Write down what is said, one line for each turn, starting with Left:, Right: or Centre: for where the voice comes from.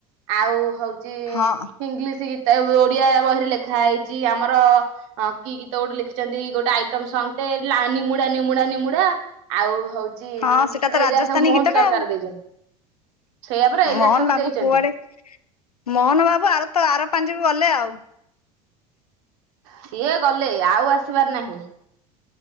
Right: ଆଉ ହଉଛି।
Left: ହଁ
Right: ଇଂଲିଶ ଗୀତ ଓଡିଆ ବହିରେ ଲେଖା ହେଇଛି ଆମର। ହଁ କି ଗୀତ ଗୋଟେ ଲେଖିଛନ୍ତି ଗୋଟେ ଆଇଟମ ସଙ୍ଗଟେ ଲା ନିମୁଡା ନିମୁଡା ନିମୁଡା। ଆଉ ହଉଛି ଏଇଟା
Left: ହଁ ସେଟା ତ ରାଜସ୍ଥାନୀ
Right: ସବୁ ମୋହନ
Left: ଗୀତ
Right: ସରକାର
Left: ଟା ଆଉ
Right: ଦେଇଛନ୍ତି। ସେଇଆପରା ଏଇରା
Left: ମୋହନ
Right: ସବୁ
Left: ବାବୁ
Right: ଦେଇଛନ୍ତି।
Left: କୁଆଡେ ମୋହନ ବାବୁ ଆର ତ ଆର ପାଞ୍ଜିରୁ ଗଲେ ଆଉ।
Right: ସିଏ ଗଲେ ଆଉ ଆସିବାର ନାହିଁ।